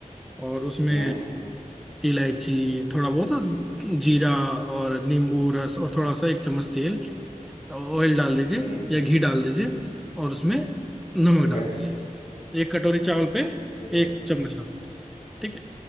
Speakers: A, in the centre; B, on the left.
A: और उसमें
B: हम्म
A: इलायची थोड़ा बहुत जीरा और नींबू रस और थोड़ा सा एक चम्मच तेल ऑयल डाल दीजिए
B: हम्म
A: या घी डाल दीजिए और उसमें नमक
B: ठीक
A: डाल
B: है
A: दीजिए एक कटोरी चावल पे
B: ठीक है
A: एक चम्मच नमक ठीक है